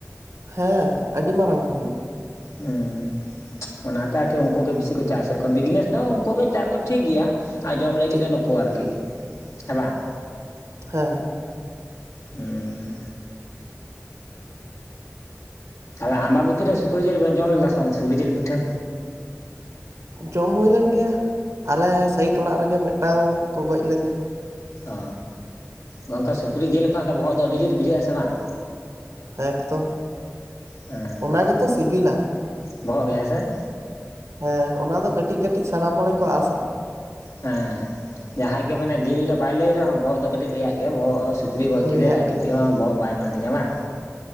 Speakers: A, on the right; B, on the left.
A: ᱦᱮᱸ ᱟᱹᱰᱤ ᱢᱟᱨᱟᱝ ᱠᱚ ᱦᱩᱭᱩᱜᱼᱟ
B: ᱦᱩᱸ ᱚᱱᱟᱛᱮ ᱟᱨᱠᱤ ᱩᱱᱠᱩ ᱜᱮ ᱵᱤᱥᱤ ᱠᱚ ᱪᱟᱥᱮᱫ ᱠᱚᱣᱟ ᱵᱤᱡᱽᱱᱮᱥ ᱫᱚ ᱩᱱᱠᱩ ᱜᱮ ᱪᱟᱥ ᱫᱚ ᱴᱷᱤᱠ ᱜᱮᱭᱟ᱾ ᱟᱨ ᱡᱚᱢ ᱞᱟᱹᱜᱤᱫ
A: ᱴᱷᱤᱠ
B: ᱫᱚ ᱱᱩᱠᱩ
A: ᱜᱮᱭᱟ
B: ᱟᱨᱠᱤ ᱦᱮᱸ ᱵᱟᱝ
A: ᱦᱮᱸ
B: ᱦᱩᱸ ᱛᱟᱦᱚᱞ ᱟᱢᱵᱟᱵᱚᱛᱤ ᱨᱮ ᱥᱠᱨᱤ ᱡᱤᱞ ᱵᱮᱱ ᱡᱚᱢ ᱞᱮᱫᱟ ᱥᱮ ᱵᱟᱝ ᱥᱩᱠᱨᱤ ᱡᱤᱞ ᱯᱤᱴᱷᱟᱹ
A: ᱡᱚᱢ ᱦᱩᱭ ᱞᱮᱱ ᱜᱮᱭᱟ ᱟᱞᱮ ᱥᱟᱭᱤᱴ ᱚᱲᱟᱜ ᱨᱮᱜᱮ ᱢᱤᱫᱴᱟᱝ ᱠᱚ ᱜᱚᱡ ᱞᱮᱫᱮᱭᱟ
B: ᱚ ᱜᱚᱝᱠᱮ ᱥᱩᱠᱨᱤ ᱡᱤᱞ ᱠᱷᱚᱱᱟᱜ ᱫᱚ ᱵᱚᱦᱚᱜ ᱫᱚ ᱟᱹᱰᱤ ᱡᱩᱛ ᱵᱩᱡᱷᱟᱹᱜᱼᱟ ᱥᱮ ᱵᱟᱝ
A: ᱦᱮᱸ ᱮᱠᱫᱚᱢ
B: ᱦᱮᱸ
A: ᱚᱱᱟ ᱜᱮᱛᱚ ᱥᱤᱵᱤᱞᱟ
B: ᱵᱚᱦᱚᱜ ᱜᱮ ᱦᱮᱸᱥᱮ
A: ᱦᱮᱸ ᱚᱱᱟ ᱫᱚ ᱠᱟᱹᱴᱤᱡ ᱠᱟᱹᱴᱤᱡ ᱥᱟᱨᱟᱢ ᱦᱚᱲ ᱜᱮᱠᱚ ᱟᱥᱟᱜᱼᱟ
B: ᱦᱮᱸ ᱡᱟᱦᱟᱸᱭ ᱜᱮ ᱢᱟᱱᱮ ᱡᱤᱞ ᱫᱚ ᱵᱟᱭ ᱞᱟᱹᱭ ᱨᱮᱦᱚᱸ ᱵᱚᱦᱚᱜ ᱫᱚ ᱠᱟᱹᱴᱤᱡ ᱞᱟᱹᱭᱟᱜ ᱜᱮᱭᱟ ᱵᱚᱦᱚᱜ <inaudible> ᱜᱚᱡ ᱠᱮᱫᱮᱟᱭ
A: ᱞᱟᱹᱭᱟᱜ
B: ᱠᱟᱹᱴᱤᱡ ᱦᱚᱸ ᱵᱚᱦᱚᱜ ᱵᱟᱭ ᱮᱢᱟᱫᱤᱧᱟ ᱵᱟᱝ